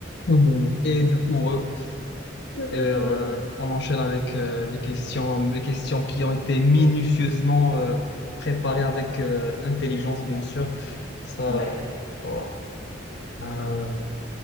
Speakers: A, on the left (about 60°); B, on the left (about 90°).
A: Mhm. Et du coup, re-
B: Heureux,
A: euh,
B: heureux.
A: on enchaîne avec euh, les questions, les questions qui ont été minutieusement euh, préparées avec euh, intelligence, bien sûr. Ça,
B: Ouais,
A: voilà. Euh,